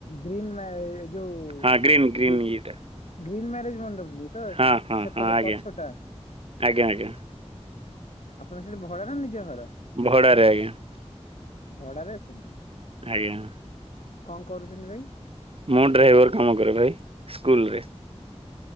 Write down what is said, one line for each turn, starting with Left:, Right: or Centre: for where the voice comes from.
Left: ଗ୍ରୀନ୍ ମା ଏ ଯୋଉ
Right: ହଁ ଗ୍ରୀନ୍ ଗ୍ରୀନ୍
Left: ଦିପ୍
Right: ଇଏଟା
Left: ଗ୍ରୀନ୍ ମ୍ୟାରେଜ୍ ମଣ୍ଡପ ବି ତ
Right: ହଁ ହଁ
Left: ସେପଟେ
Right: ହଁ ଆଜ୍ଞା
Left: ପଛଟା।
Right: ଆଜ୍ଞା ଆଜ୍ଞା।
Left: ଆପଣ ସେ ଭରା ନା ନିଜ ଘର?
Right: ଭଡାରେ ଆଜ୍ଞା।
Left: ଭଡାରେ ଅଛନ୍ତି?
Right: ଆଜ୍ଞା।
Left: କଣ କରୁଛନ୍ତି ଭାଇ?
Right: ମୁଁ ଡ୍ରାଇଭର୍ କାମ କରେ, ଭାଇ ସ୍କୁଲ ରେ।